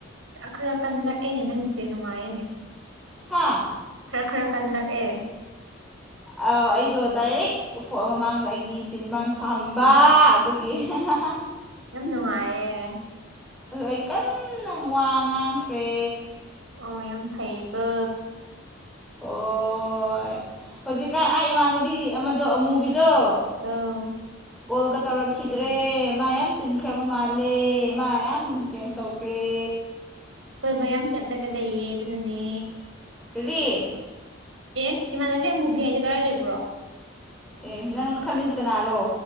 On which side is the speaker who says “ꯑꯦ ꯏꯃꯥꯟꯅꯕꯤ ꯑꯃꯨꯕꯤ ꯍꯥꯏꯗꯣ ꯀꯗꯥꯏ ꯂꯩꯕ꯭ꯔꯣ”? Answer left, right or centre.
Right